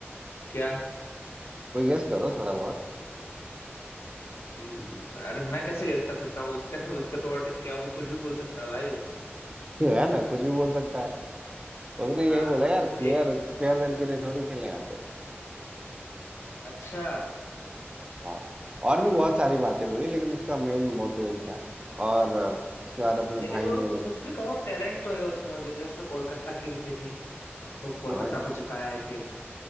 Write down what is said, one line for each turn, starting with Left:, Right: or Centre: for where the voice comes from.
Left: क्या
Right: कोई गेस करो थोड़ा बहुत
Left: हम्म, अरे मैं कैसे गेस कर सकता हूँ उसका <laughs> उसका तो और क्या वो कुछ भी बोल सकता है भाई
Right: <laughs> है ना कुछ भी बोल सकता है उसने
Left: हाँ
Right: यही बोला यार प्लेयर
Left: ये
Right: फेयरवेल के लिए थोड़ी खेलने आते हैं
Left: अच्छा
Right: हाँ और भी बहुत सारी बातें बोली लेकिन उसका मेन मोटिव यही था और अ, उसके बाद अपने
Left: लेकिन
Right: भाई
Left: वो
Right: ने
Left: कुछ भी कहो टैलेंट तो है उसमें और जैसे उसने कोलकाता की वो की थी तो कोलकाता
Right: हाँ यार
Left: को जिताया आईपीएल